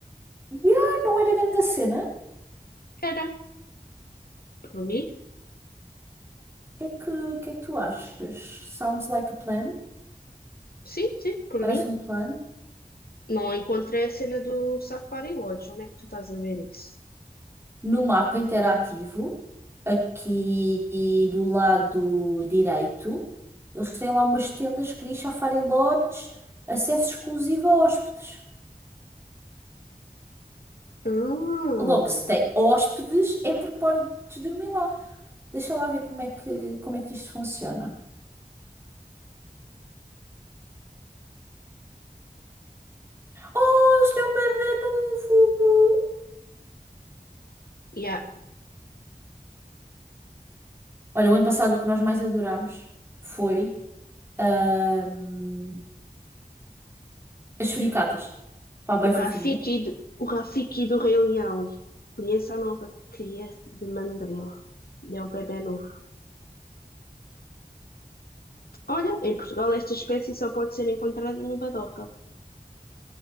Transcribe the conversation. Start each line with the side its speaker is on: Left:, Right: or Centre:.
Right: Yeah, não era grande a cena. O
Left: Era, por mim.
Right: que é que, o que é que tu achas? Sounds like a plan.
Left: Sim, sim, por
Right: Parece
Left: mim.
Right: um plano.
Left: Não encontrei a cena do Safari Lodge. Onde é que tu estás a ver isso?
Right: No mapa interativo, aqui do lado direito, eles têm lá umas tendas que diz Safari Lodge, acesso exclusivo a hóspedes.
Left: Hum,
Right: Logo, se tem hóspedes, é porque podes dormir lá. Deixa lá ver como é que, como é que isto funciona. Oh, eles têm um bebê novo!
Left: yeah.
Right: Olha, o ano passado o que nós mais adorámos foi ahm, as suricatas. Pá, bem
Left: O
Right: fofinhas.
Left: Rafiki, de- o Rafiki do Rei Leão. Conheça a nova cria de mandril. É um bebê novo. Olha, em Portugal esta espécie só pode ser encontrada no Badoca.